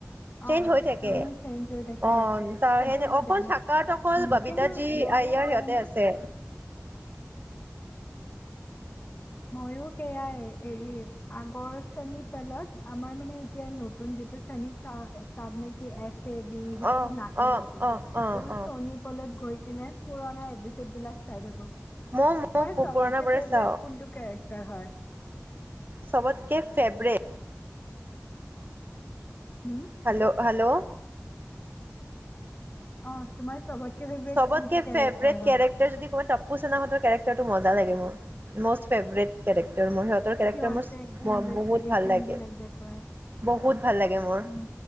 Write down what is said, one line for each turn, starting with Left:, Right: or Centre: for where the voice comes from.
Right: চেঞ্জ
Left: অ
Right: হৈ থাকে,
Left: চনো চেঞ্জ হৈ থাকে
Right: অ তাৰ
Left: সেইটো
Right: সেনে
Left: মই
Right: অকল
Left: জানো
Right: থাকাত অকল
Left: উম
Right: সবিতাজী
Left: কিন্তু মইও
Right: আয়াৰ
Left: জানানে
Right: সিহঁতে আছে।
Left: মইও সেয়াই হেৰি আগৰ শ্ৰেণী পেলাত আমাৰ মানে এতিয়া নতুন জে চনি চ চাব নে কি এছে বি সেইটো
Right: অ',
Left: নাহে
Right: অ',
Left: নতুনকে
Right: অ', অ',
Left: ত মই
Right: অ',
Left: চনি পলত গৈ কিনে পুৰনা এপছদ বিলাক চাই থাকো
Right: মই
Left: তোমাৰ
Right: মোৰ
Left: ছবতকে
Right: পুৰণাবোৰে
Left: ফেভৰেট
Right: চাওঁ।
Left: কোনটো কেৰেকটাৰ হয়
Right: চবতকে ফেবৰেট
Left: <unintelligible> হুম
Right: হেল্ল' হেল্ল'।
Left: অ তোমাৰ চবতকে ফেভৰেট
Right: চবতকে
Left: কোনটো কেৰেক্টাৰ
Right: ফেভৰেট
Left: হয়
Right: কেৰেক্টাৰ যদি কওঁ টপ্পোচেনৰ হেতৰ কেৰেক্টাৰটো মজা লাগে মোৰ, মষ্ট ফেভৰেট। কেৰেক্টাৰ মোৰ সিহতৰ কেৰেক্টাৰ
Left: সিহঁতে
Right: মোৰ
Left: ইনভেষ্টিগেশ্যন
Right: বহুত ভাল লাগে,
Left: বিলাক যে কৰে
Right: বহুত ভাল লাগে মোৰ।
Left: উম,